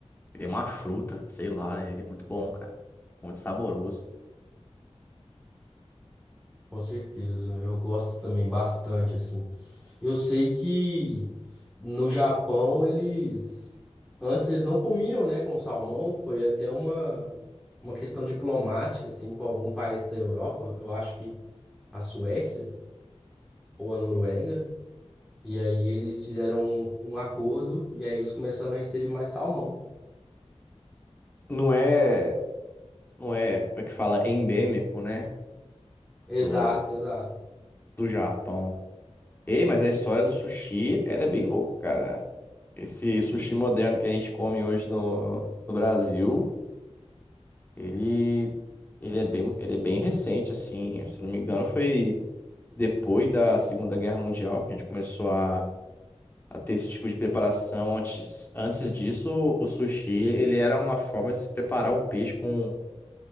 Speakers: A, on the left; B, in the centre.
A: ele é uma fruta, sei lá, ele é muito bom, cara. Muito saboroso.
B: Com certeza, eu gosto também bastante, assim. Eu sei que no Japão eles. Antes eles não comiam, né, com salmão, foi até uma, uma questão diplomática, assim, com algum país da Europa, eu acho que a Suécia ou a Noruega. E aí eles fizeram um, um acordo e aí eles começaram a receber mais salmão.
A: Não é, não é, como é que fala, endêmico, né,
B: Exato,
A: do,
B: exato.
A: do Japão. Ei, mas a história do sushi, ela é bem louca, cara. Esse sushi moderno que a gente come hoje no, no Brasil. Ele, ele é bem, ele é bem recente, assim. Se não me engano, foi depois da Segunda Guerra Mundial que a gente começou a, a ter esse tipo de preparação. Antes, antes disso, o sushi, ele era uma forma de se preparar o peixe com,